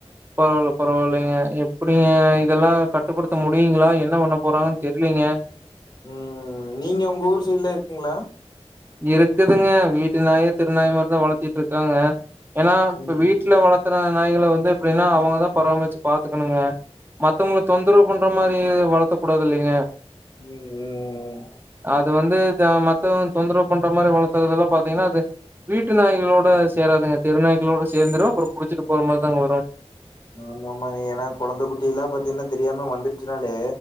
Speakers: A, on the right (about 20°); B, on the left (about 45°).
A: பரவாயில்ல பரவாயில்லைங்க எப்டிங்க இதெல்லா கட்டுபடுத்த முடியுங்களா என்ன பண்ண போறாங்கன்னு தெரிலீங்க
B: ம் நீங்க உங்க ஊர் சைட்ல இருக்கீங்களா
A: இருக்குதுங்க வீட்டு நாயே தெருநாய் மாரி தா வளர்த்திட்டு இருக்காங்க ஏன்னா இப்ப
B: ம்
A: வீட்ல வளத்துற நாய்கள வந்து எப்டின்னா அவங்கதா பராமச்சி பாத்துக்கணுங்க மத்தவங்களுக்கு தொந்தரவு பண்ற மாரி வளர்த்தக் கூடாது இல்லைங்க
B: ம் ம்
A: அது வந்து தா மத்தோன் தொந்தரவு பண்ற மாரி வளர்த்துறதெல்லா பாத்தீங்கன்னா அது வீட்டு நாய்களோட சேராதுங்க தெருநாய்களோட சேர்ந்துரு அப்புற புடிச்சிட்டு போற மாரி தாங்க வரும்
B: ஆமா ஆமாங்க ஏன்னா கொழந்த குட்டி எல்லா பாத்தீங்கன்னா தெரியாம வந்துச்சினாலே